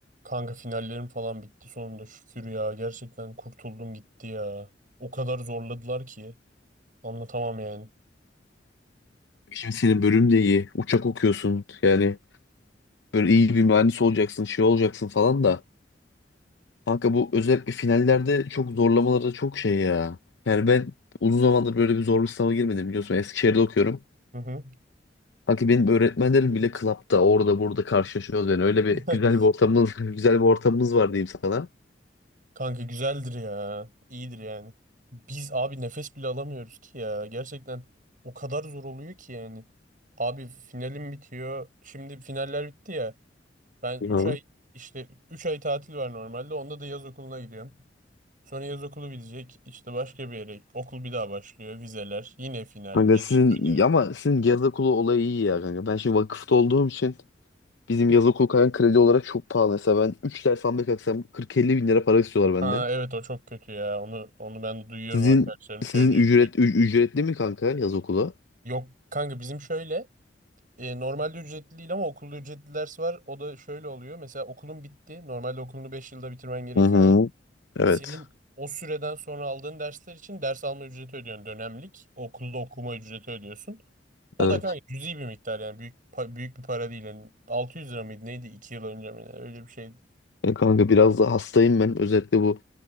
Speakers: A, on the right; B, on the left.
A: Kanka finallerim falan bitti sonunda şükür ya. Gerçekten kurtuldum gitti ya. O kadar zorladılar ki anlatamam yani.
B: Şimdi senin bölüm de iyi. Uçak okuyorsun. Yani böyle iyi bir mühendis olacaksın, şey olacaksın falan da. Kanka bu özellikle finallerde çok zorlamaları çok şey ya. Yani ben uzun zamandır böyle bir zorlu sınava girmedim biliyorsun. Eskişehir'de okuyorum.
A: Hı hı.
B: Kanka benim öğretmenlerim bile klapta orada burada karşılaşıyoruz yani. Öyle bir
A: <laughs>
B: güzel bir ortamımız, <laughs> güzel bir ortamımız var diyeyim sana.
A: Kanka güzeldir ya. İyidir yani. Biz abi nefes bile alamıyoruz ki ya. Gerçekten o kadar zor oluyor ki yani. Abi finalim bitiyor. Şimdi finaller bitti ya. Ben
B: Hı.
A: 3 ay işte 3 ay tatil var normalde. Onda da yaz okuluna gidiyorum. Sonra yaz okulu bitecek. İşte başka bir yere okul bir daha başlıyor. Vizeler, yine final,
B: Kanka
A: vize,
B: sizin
A: ödev.
B: ama sizin yaz okulu olayı iyi ya kanka. Ben şimdi vakıfta olduğum için bizim yaz okulu kanka kredi olarak çok pahalı. Mesela ben 3 ders almaya kalksam 40-50 bin lira para istiyorlar
A: Ha
B: benden.
A: evet o çok kötü ya. Onu onu ben duyuyorum
B: Sizin
A: arkadaşlarım
B: sizin
A: söylüyor
B: ücret
A: sürekli.
B: ü- ücretli mi kanka yaz okula?
A: Yok kanka bizim şöyle e, normalde ücretli değil ama okulda ücretli ders var. O da şöyle oluyor. Mesela okulun bitti. Normalde okulunu 5 yılda bitirmen gerekiyor
B: Hı hı.
A: ya.
B: Evet.
A: Senin o süreden sonra aldığın dersler için ders alma ücreti ödüyorsun. Dönemlik okulda okuma ücreti ödüyorsun. O
B: Evet.
A: da kanka cüzi bir miktar yani büyük pa- büyük bir para değil. Yani 600 lira mıydı neydi 2 yıl önce mi ne? öyle bir şeydi.
B: E kanka biraz da hastayım ben. Özellikle bu